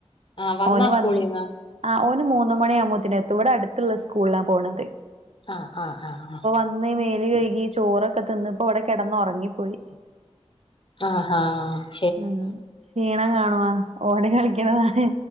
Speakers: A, on the left; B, on the right.
A: ആഹ് വന്നാ
B: ഓന് വന്നേ
A: സ്കൂളീന്ന്?
B: ആ ഓന് മൂന്ന മണിയാവകുമ്പോത്തിനെത്തും- ഇവിടെ അടുത്തുള്ള സ്കൂളിലാണ്- പോണത്.
A: ആഹാ ആഹാ ആഹാ...
B: അന്ന് മേല് കഴകി ചോറൊക്കെ- തിന്ന് ഇപ്പോ അവിടെ കിടന്ന- ഉറങ്ങിപ്പോയി.
A: ആഹാ ആഹാ...
B: ഉം ക്ഷീണം കാണുവ ഓടി കളിക്കണതാണ്.